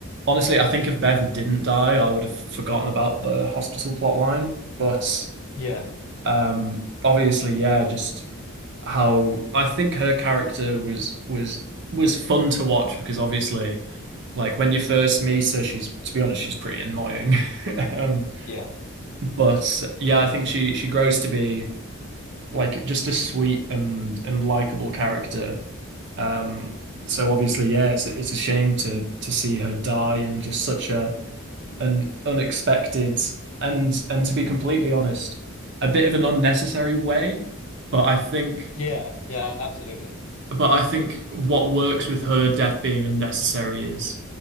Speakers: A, on the right; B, on the left.
A: honestly, I think if Beth didn't die, I would have forgotten about the hospital plot line. But
B: Yeah,
A: um obviously, yeah, just how I think her character was was was fun to watch because obviously like when you first meet her, she's to be honest, she's pretty annoying. <laughs> Um
B: yeah.
A: but yeah, I think she she grows to be like just a sweet and and likable character. Um, so obviously, yeah, it's it's a shame to to see her die and just such a an unexpected and and to be completely honest, a bit of an unnecessary way. But I think
B: Yeah, yeah, absolutely.
A: but I think what works with her death being unnecessary is